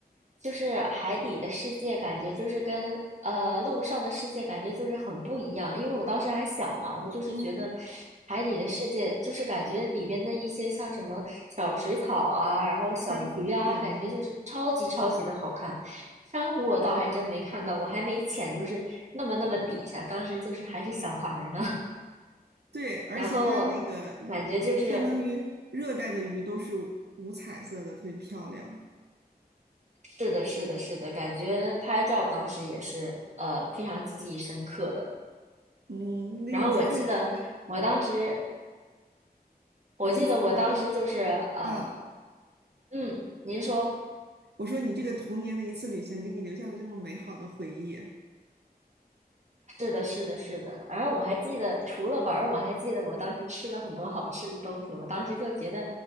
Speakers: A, on the right (about 45°); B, on the right (about 85°).
A: 就是海底的世界，感觉就是跟呃陆上的世界感觉就是很不一样。因为我当时还小嘛，我就是觉得
B: 嗯，
A: 海底的世界就是感觉里边的一些像什么小水草啊，然后小鱼啊，
B: 珊瑚有吗？
A: 感觉就是超级超级的好看。珊瑚我倒还真没看到，我还没潜，就是那么那么底下，当时就是还是小孩儿呢。
B: 对，而且它那个日相当于热带的鱼都是五五彩色的，
A: 然后感觉就是
B: 特别漂亮。
A: 是的，是的，是的，感觉拍照当时也是呃非常记忆深刻的。
B: 嗯，那你看你这个，
A: 然后我记得我当时，我记得我当时就是呃，
B: 我就说你这个，嗯，
A: 嗯，您说。
B: 我说你这个童年的一次旅行，给你留下了这么美好的回忆。
A: 是的，是的，是的。而我还记得，除了玩儿，我还记得我当时吃了很多好吃的东西。我当时就觉得，